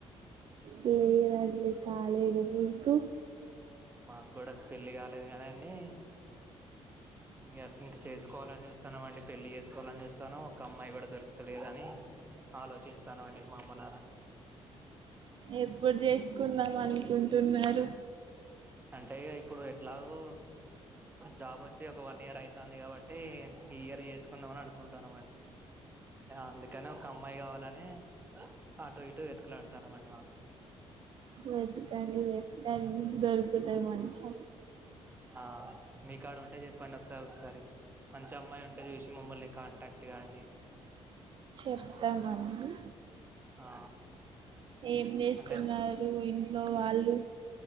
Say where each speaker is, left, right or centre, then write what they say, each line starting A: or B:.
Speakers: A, on the right (about 50°); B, on the right (about 20°).
A: లేదండి కాలేదు మీకు
B: మాకు కూడా పెళ్లి కాలేదు కానిండి ఇ ఇంక చేసుకోవాలని చూస్తున్నాం అండి పెళ్లి చేసుకోవాలని చూస్తానా ఒక అమ్మాయి కూడా దొరకలేదని ఆలోచిస్తానమండి మా అమ్మ నాన్న
A: ఎప్పుడు చేసుకుందాం అనుకుంటున్నారు
B: అంటే ఇగ ఇప్పుడు ఎట్లాగో జాబ్ వచ్చి ఒక వన్ ఇయర్ అయితాంది కాబట్టి ఈ ఇయర్ చేసుకుందాం అని అనుకుంటన్నాం అండి అందుకనే ఒక అమ్మాయి కావాలనే అటో ఇటో వెతుకులాడుతానమండి మాకు
A: వెతుకండి వెతుకండి దొరుకుతాయి మంచి
B: ఆ మీ కాడ ఉంటే చెప్పండి ఒకసారి ఒకసారి మంచి అమ్మాయి ఉంటే చూసి మమ్మల్ని కాంటాక్ట్ కాండి
A: చెప్తామండి
B: ఆ
A: ఏం చేస్తున్నారు
B: అంటే
A: ఇంట్లో వాళ్ళు